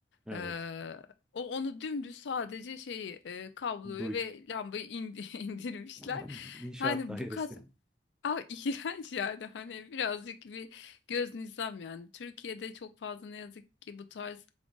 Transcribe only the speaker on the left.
E, o onu dümdüz sadece şeyi e, kabloyu
ve lambayı indi- <laughs> indirmişler.
Yani
bu kat Aa, <laughs> iğrenç yani hani birazcık bir göz nizam yani. Türkiye'de çok fazla ne yazık ki bu tarz